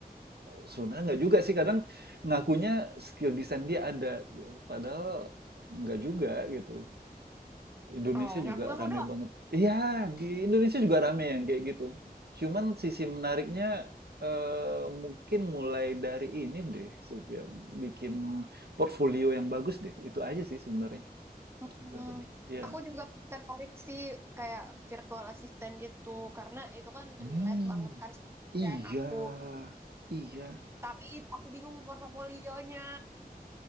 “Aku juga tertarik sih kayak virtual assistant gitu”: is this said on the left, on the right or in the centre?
Right